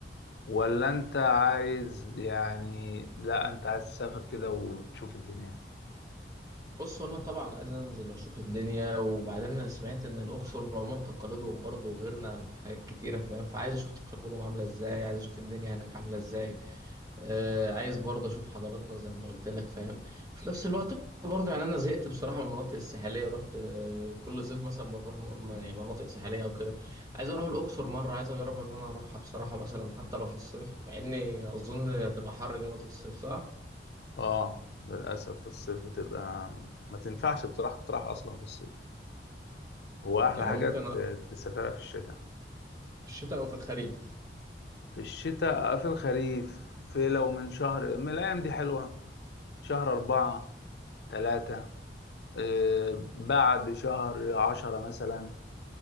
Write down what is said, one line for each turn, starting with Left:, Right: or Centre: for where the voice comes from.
Left: ولا انت عايز يعني لا انت عايز تسافر كده وتشوف الدنيا
Right: بص هو انا طبعا عايز انزل اشوف الدنيا وبعدين انا سمعت ان الاقصر عموما تقاليدهم برضه غيرنا في حاجات كتيره فاهم فعايز اشوف تقاليدهم عامله ازاي عايز اشوف الدنيا هناك عامله ازاي آه، عايز برضه اشوف حضاراتنا زي ما قلت لك فاهم في نفس الوقت برضه يعني انا زهقت بصراحه من المناطق الساحليه رحت آه، كل صيف مثلا بروح م- يعني مناطق ساحليه او كده عايز اروح الاقصر مره عايز اجرب ان انا اروحها بصراحه مثلا حتى لو في الصيف مع اني اظن هتبقى حر جامد في الصيف صح
Left: اه للأسف في الصيف بتبقى ما تنفعش بصراحة تروح أصلا في الصيف هو أحلى
Right: يعني
Left: حاجة
Right: ممكن
Left: ت-
Right: في
Left: تسافرها في الشتاء
Right: الشتاء او في الخريف
Left: في الشتاء في الخريف في لو من شهر من الأيام دي حلوة شهر أربعة تلاتة آه، بعد شهر عشرة مثلا